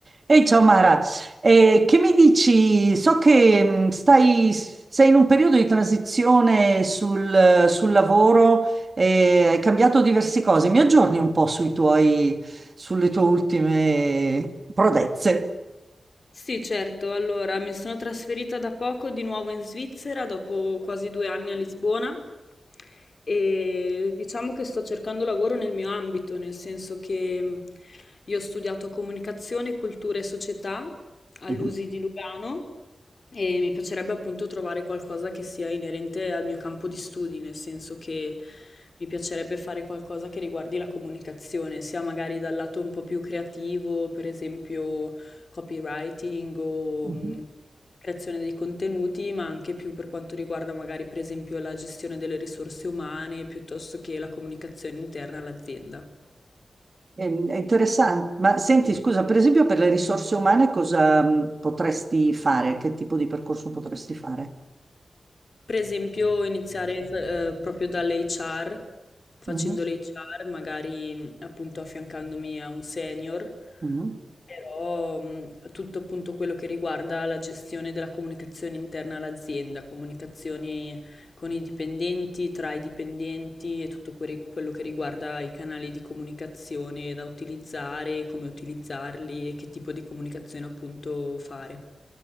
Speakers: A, on the right; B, on the left.
A: Ehi, ciao Mara, Eh, che mi dici? So che mh, stai, sei in un periodo di transizione sul, sul lavoro, eh, hai cambiato diverse cose. Mi aggiorni un po' sui tuoi, sulle tue ultime prodezze.
B: Sì, certo. Allora, mi sono trasferita da poco di nuovo in Svizzera, dopo quasi due anni a Lisbona, e diciamo che sto cercando lavoro nel mio ambito, nel senso che mh, io ho studiato comunicazione, cultura e società all'USI
A: Mhm.
B: di Lugano e mi piacerebbe appunto trovare qualcosa che sia inerente al mio campo di studi, nel senso che mi piacerebbe fare qualcosa che riguardi la comunicazione, sia magari dal lato un po' più creativo, per esempio copywriting o
A: Mhm.
B: mh, creazione dei contenuti, ma anche più per quanto riguarda magari per esempio la gestione delle risorse umane, piuttosto che la comunicazione interna all'azienda.
A: È, è interessante. Ma senti,
B: E-
A: scusa, per esempio per le risorse umane cosa mh, potresti fare? Che tipo di percorso potresti fare?
B: Per esempio, iniziare f- eh, proprio dall'HR, facendo
A: Mhm.
B: l'HR, magari mh, appunto affiancandomi a un senior,
A: Mhm.
B: però mh, tutto appunto quello che riguarda la gestione della comunicazione interna all'azienda, comunicazioni con i dipendenti, tra i dipendenti e tutto que- quello che riguarda i canali di comunicazione da utilizzare, come utilizzarli e che tipo di comunicazione appunto fare.